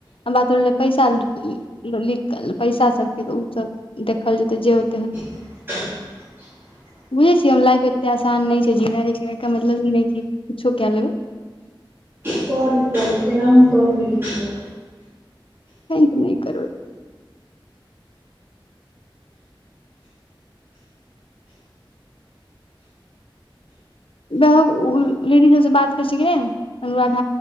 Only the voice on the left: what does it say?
हमरा सब के जे पैसा लिख पैसा सबके त ओस देखल जेतै जे होत होत
बुझै छियै हम लाइफ एते आसान नै छै जीना लेकिन एकर मतलब ई नै की कुछो कए लेब
त नहि कर लेडी सबसँ बात करै छै कि अनुराध